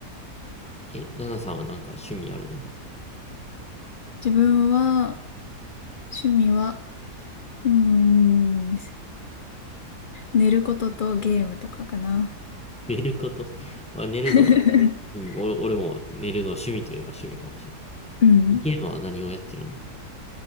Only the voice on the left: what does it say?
自分は、趣味は、うん、寝ることとゲームとかかな。
<laughs>
うん。